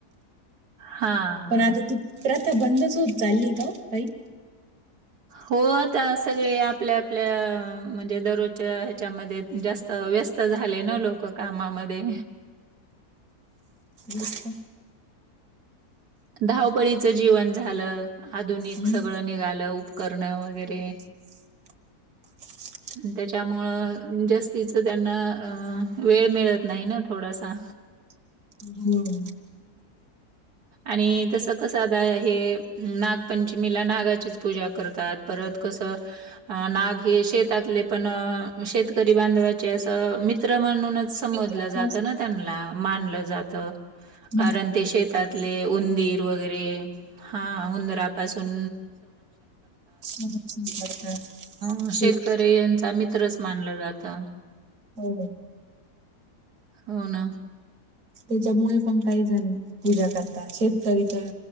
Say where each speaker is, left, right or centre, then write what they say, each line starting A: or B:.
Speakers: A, on the right; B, on the right.
A: हां,
B: पण
A: हां.
B: आता ती प्रथा बंदच होत चालली का तई
A: हो आता सगळे आपल्या आपल्या म्हणजे दररोजच्या ह्याच्यामध्ये जास्त व्यस्त झाले ना लोक कामामध्ये
B: वत
A: धावपळीचं जीवन झालं आधुनिक
B: हम्म.
A: सगळं निघालं उपकरण वगैरे
B: <inaudible>
A: त्याच्यामुळं जास्तीच त्यांना अ वेळ मिळत नाही ना थोडासा
B: <inaudible> होम्म
A: आणि तसं कसंता हे नागपंचमीला नागाचीच पूजा करतात परत कसं नाग हे शेतातले पण शेतकरी बांधवाचे असं मित मित्र म्हणूनच समोजलं
B: मित्र पण
A: जातं ना त्यांना मानलं जात
B: ह
A: कारण ते शेतातले उंदीर वगैरे हा उंदरापासून
B: मदत करतात
A: ण
B: शेत
A: श मित्रच मानलं जातं
B: हो
A: हो ना
B: त्याच्यामुळे पण काही झालं पूजा करताात शेतकरी तर